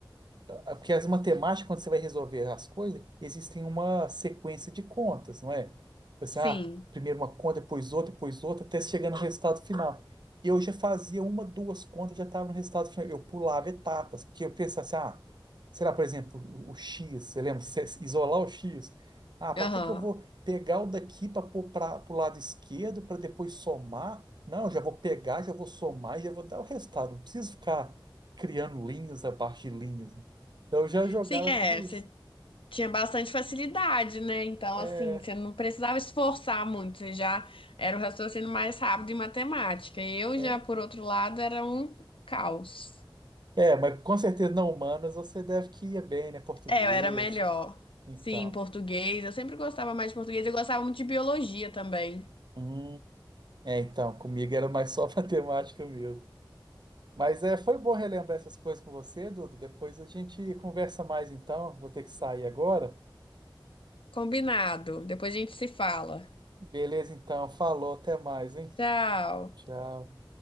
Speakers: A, on the right; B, on the left.
A: ah, Porque as matemáticas, quando você vai resolver as coisas, existem uma sequência de contas, não é? Você,
B: Sim.
A: ah, primeiro uma conta, depois outra, depois outra, até chegar no resultado final. Eu já fazia uma, duas contas, já estava no resultado final. Eu pulava etapas, porque eu pensava assim, ah, sei lá, por exemplo, o, o X, você lembra? Você isolar o X. Ah, para
B: Aham.
A: que que eu vou pegar o daqui para pôr para o lado esquerdo, para depois somar? Não, eu já vou pegar, já vou somar, e já vou dar o resultado. Não preciso ficar criando linhas abaixo de linhas. Então eu já jogava
B: Sim, é.
A: tudo isso.
B: Você tinha bastante facilidade, né? Então,
A: É,
B: assim, você não precisava esforçar muito, você já era o raciocínio mais rápido em matemática. Eu
A: é,
B: já, por outro lado, era um caos.
A: é, mas com certeza não humanas você deve que ia bem, né? Português,
B: É, eu era melhor.
A: então.
B: Sim, português. Eu sempre gostava mais de português. Eu gostava muito de biologia também.
A: Hum, é, então, comigo era mais só <laughs> matemática mesmo. Mas é, foi bom relembrar essas coisas com você, Dudu. Depois a gente conversa mais então. Vou ter que sair agora.
B: Combinado. Depois a gente se fala.
A: Beleza, então. Falou, até mais, hein?
B: Tchau.
A: Tchau.